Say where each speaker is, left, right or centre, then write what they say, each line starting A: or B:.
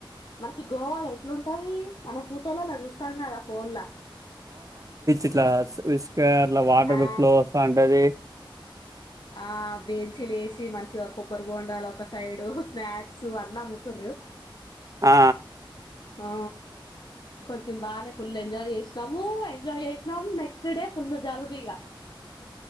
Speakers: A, on the left; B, on the right.
A: మనకి గోవాలో ఎట్లుంటది మన ఫూటోలల్లా చూస్తాం కదా ఫోన్లా
B: ఇట్లాస్క అట్లా వాటర్
A: ఆ
B: ఫ్లో వస్తా ఉంటది
A: ఆ బే మంచి లేసి మంచిగా కొబ్బరి బొండలు ఒక సైడు స్నాక్స్ అన్న అమ్ముతారు
B: ఆ
A: ఆ కొంచెం బాగానే ఫుల్ ఎంజాయ్ చేసినాము ఎంజాయ్ చేసినాము నెక్స్ట్ డే ఫుల్ జలుబీగా అ